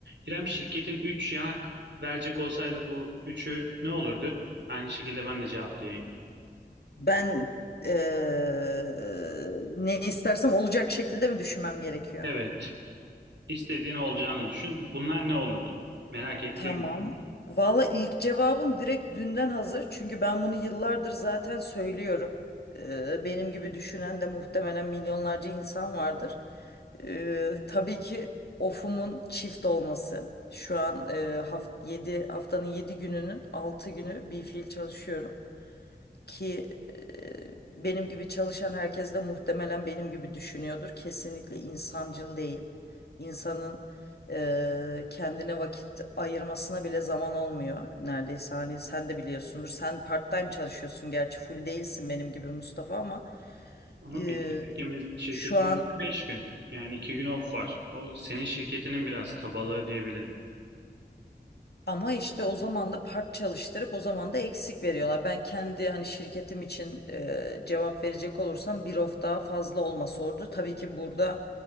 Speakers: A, on the right; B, on the left.
A: İrem şirketin 3 yanak verecek olsaydı bu üçü ne olurdu? Aynı şekilde ben de cevaplayayım.
B: Ben eee, ne istersem olacak şekilde mi düşünmem gerekiyor?
A: Evet, istediğin olacağını düşün. Bunlar ne olurdu? Merak ettiğim
B: Tamam.
A: bu.
B: Valla ilk cevabım direkt dünden hazır. Çünkü ben bunu yıllardır zaten söylüyorum. Eee, benim gibi düşünen de muhtemelen milyonlarca insan vardır. Eee, tabii ki ofumun çift olması. Şu an eee haft 7, haftanın 7 gününün 6 günü bir fiil çalışıyorum. ki e, benim gibi çalışan herkes de muhtemelen benim gibi düşünüyordur. Kesinlikle insancıl değil. İnsanın e, kendine vakit ayırmasına bile zaman olmuyor. Neredeyse hani sen de biliyorsundur. Sen part-time çalışıyorsun gerçi full değilsin benim gibi Mustafa ama
A: ama
B: e,
A: bizim şirketimiz, şirketimiz
B: şu an
A: 5 gün. Yani 2 gün off var. O senin şirketinin biraz kabalığı diyebilirim.
B: Ama işte o zaman da part çalıştırıp o zaman da eksik veriyorlar. Ben kendi hani şirketim için e, cevap verecek olursam bir of daha fazla olması olurdu. Tabii ki burada